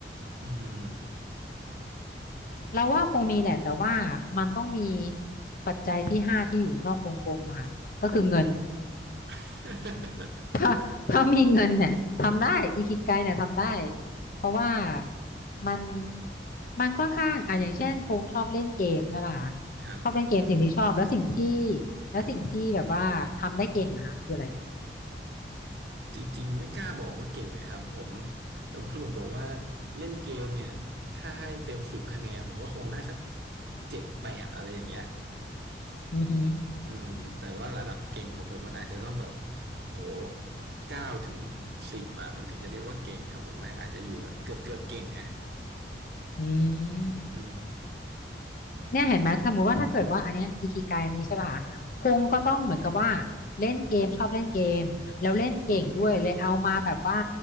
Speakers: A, on the right; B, on the left.
A: อืม
B: เราว่าคงมีแหละแต่ว่ามันต้องมีปัจจัยที่ห้าที่อยู่นอกวงกลมอะค่ะก็คือเงิน
A: <laughs>
B: ถ้าถ้ามีเงินเนี่ยทำได้อิคิไกเนี่ยทำได้ เพราะว่ามันมันค่อนข้างอ่ะอย่างเช่นพงษ์ชอบเล่นเกมใช่ป่ะ
A: ครับ
B: ชอบเล่นเกมสิ่งที่ชอบแล้วสิ่งที่แล้วสิ่งที่แบบว่าทำได้เก่งอะค่ะคืออะไร
A: จริงๆไม่กล้าบอกว่าเก่งเลยครับผมสมมติผมบอกว่าเล่นเกมเนี่ยถ้าให้เต็มสิบคะแนนผมก็คงได้สักเจ็ดแปดอะไรอย่างเงี้ย
B: อือหือ
A: อืมแต่ว่าระดับเก่งของผมมันอาจจะต้องแบบโอ้โหเก้าถึงสิบอ่ะมันถึงจะเรียกว่าเก่งอ่ะผมว่าอาจจะอยู่แบบเกือบเกือบเก่งอ่ะ
B: อืม
A: อืม
B: เนี่ยเห็นไหมสมมติว่าถ้าเกิดว่าอันเนี้ยอิคิไกนี้ใช่ป่ะคะพงก็ต้องเหมือนกับว่าเล่นเกมชอบเล่นเกมแล้วเล่นเก่งด้วยเลยเอามาแบบว่า